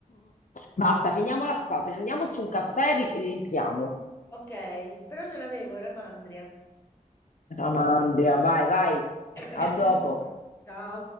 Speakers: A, on the left; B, on the left.
A: Basta, finiamola qua. Prendiamoci un caffè e ri- rientriamo.
B: Ok, però ce l'avevo, Ramandria.
A: Ramandria, vai, vai.
B: <coughs>
A: A dopo.
B: Ciao.